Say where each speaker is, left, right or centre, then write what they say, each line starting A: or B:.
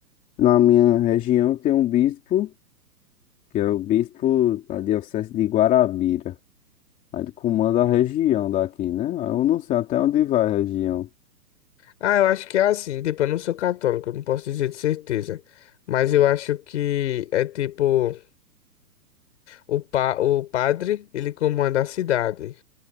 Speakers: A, on the left; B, on the left.
A: na minha região tem um bispo, que é o bispo da Diocese de Guarabira. Aí ele comanda a região daqui, né? Aí Eu não sei até onde vai a região.
B: Ah, eu acho que é assim, tipo, eu não sou católico, eu não posso dizer de certeza. Mas eu acho que é tipo, o, pa o padre, ele comanda a cidade,